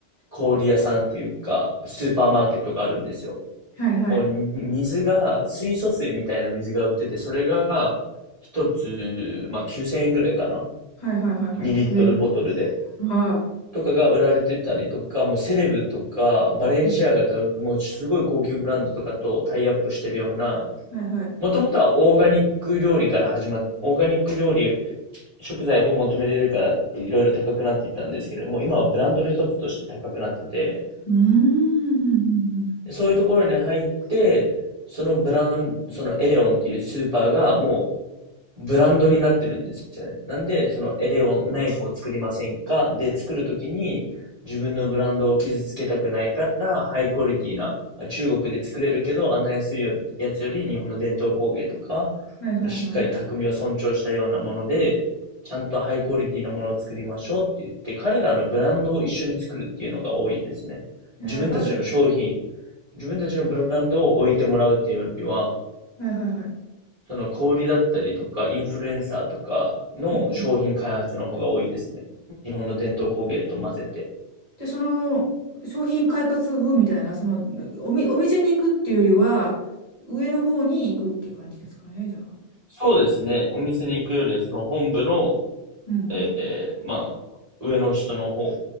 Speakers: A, on the right; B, on the left.
A: 小売屋さんっていうか、スーパーマーケットがあるんですよ。
B: はいはい。
A: もう水が、水素水みたいな水が売ってて、それが一つ、まあ9000円ぐらいかな
B: はいはいはいはい。
A: ?2 リットルボトルで。
B: え、は
A: とかが売られてたりとか、もうセレブとか、バレンシアガとか、
B: い。うん
A: もうすごい高級ブランドとかとタイアップしてるような、
B: はいはい。
A: もともとはオーガニック料理から始まっ、オーガニック料理、食材を求められるから、いろいろ高くなっていったんですけれども、今はブランドの一つとして高くなってて、
B: うーん。うんうんうん
A: そういうところに入って、そのブラン、そのエデオンっていうスーパーがもブランドになってるんですよね。なんで、そのエデオンナイフを作りませんかで、作るときに自分のブランドを傷つけたくないから、ハイクオリティな、中国で作れるけど、あんな安いやつより日本の伝統工芸とか、
B: はいはいはいはい。
A: しっかり匠を尊重したようなもので、ちゃんとハイクオリティなものを作りましょうって言って、彼らのブランドを一緒に作るっていうのが多いですね。
B: えー、
A: 自分たちの商品、
B: ある
A: 自分たちのブランドを置いてもらうっていうよりは、
B: はいはいはい。
A: その小売りだったりとか、インフルエンサーとかの商品開発の方が多いですね。
B: うんうん
A: 日本の伝統工芸と混ぜて。
B: で、その商品開発部みたいな、そのおみ、お店に行くっていうよりは、上の方に行くっていう感じですかね、じゃあ。
A: そうですね。お店に行くよりは、その本部の、
B: うんうん。
A: えーまあ、上の人の方